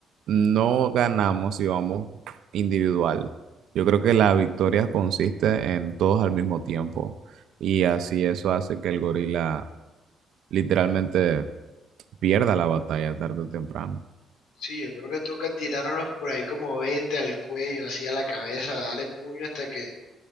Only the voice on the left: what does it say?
Sí, yo creo que toca tirárnoslos por ahí como 20 al cuello, así a la cabeza, darle puño hasta que